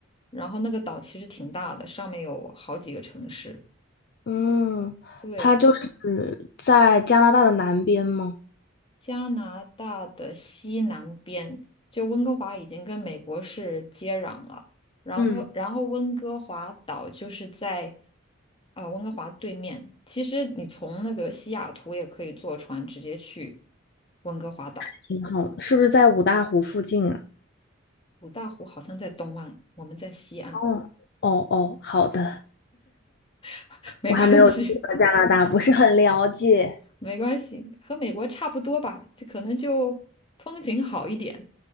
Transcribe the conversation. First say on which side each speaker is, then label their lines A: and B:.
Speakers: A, on the left (about 25°); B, on the left (about 50°).
A: 然后那个岛其实挺大的，上面有好几个城市。
B: 嗯，
A: 对。
B: 它就是在加拿大的南边吗？
A: 加拿大的西南边，就温哥华已经跟美国是接壤了，然后然后温哥华岛就是在
B: 嗯，
A: 啊、温哥华对面。其实你从那个西雅图也可以坐船直接去温哥华岛。
B: 挺好的，是不是在五大湖附近啊？
A: 五大湖好像在东岸，我们在西岸，
B: 哦，哦哦，好的，
A: <laughs> 没关系，
B: 我还没有去过加拿大，不是很了解。
A: 没关系，和美国差不多吧，就可能就风景好一点。